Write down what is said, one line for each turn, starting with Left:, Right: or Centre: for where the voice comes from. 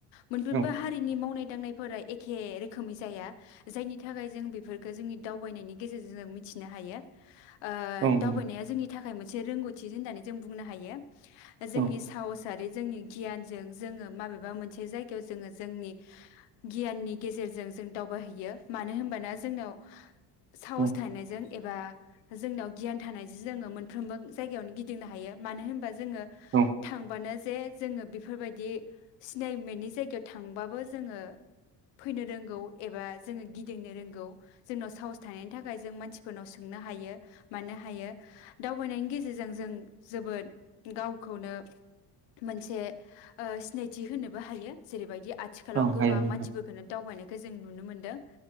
Left: मोनफ्रोमबो
Right: औ
Left: हारिनि मावनाय दांनायफोरा एखे रोखोमै जाया जायनि थाखाय जों बेफोरखौ जोंनि दावबायनायनि गेजेरजों जों मिथिनो हायो। ओ
Right: औ
Left: दावबायनाया
Right: नंगौ
Left: जोंनि थाखाय मोनसे रोंगौ थि होननानै जों बुंनो हायो। जोंनि
Right: औ
Left: साहसारि जोंनि गियानजों जोङो माबेबा मोनसे मोनसे जायगायाव जोङो जोंनि गियाननि गेजेरजों जों दावबायहैैयो। मानो होनबाना जोंनाव साहस
Right: औ
Left: थानायनायजों एबा जोंनियाव गियान थानाय जों जोङो मोनफ्रोमबो जायगायावनो गिदिंनो हायो। मानो होनबा जोङो
Right: औ
Left: थांबानो जे जोङो बेफोरबायदि सिनाय मेनि जायगायाव थांबाबो जोङो फैनो रोंगौ एबा जोङो गिदिंनो रोंगौ। जोंनाव साहस थानायनि थाखाय जों मानसि फोरनाव सोंनो हायो मानो हायो दावबायनायनि गेजेरजों जों जोबोद गावखौनो मोनसे सिनायथि थि होनोबो हायो जेरैबायदि आथिखालाव
Right: औ
Left: गोबां
Right: हायो नोंथां
Left: मानसिफोरफोरखौनो दावबायनायखौ जों नुनो मोनदों